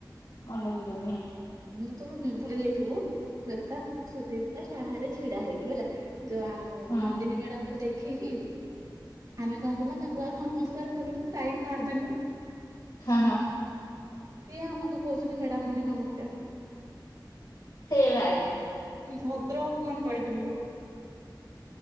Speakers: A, on the left (about 60°); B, on the right (about 55°).
A: <unintelligible>
B: ମୁଁ ତୋର ଭୁଲି ଯାଇଥିବୁ । ଶ୍ଵେତା ମୁଁ ସୁଦୀପ୍ତା ବାହାରେ ଛି ଛିଡା ହେଇଛୁ ହେଲା । ଯୋଉ ଆମ
A: ହଁ
B: ନନ୍ଦିନୀ ମ୍ୟାଡାମକୁ ଦେଖ ଖିକି ଆମେ କଣ କଲ ତାଙ୍କୁ ଆଉ ନମସ୍କାର କରିବୁ ସାଇଟ ମାରିଦେଲୁ ।
A: ହଁ ହଁ ।
B: ସିଏ ଆମକୁ କହୁଛନ୍ତି ମ୍ୟାଡାମ ମାନେ ନମସ୍କାର ।
A: ହେ ଭାଇ ।
B: ଭଦ୍ର ଅପମାନ ପାଇଥିଲୁ ଲୋ ।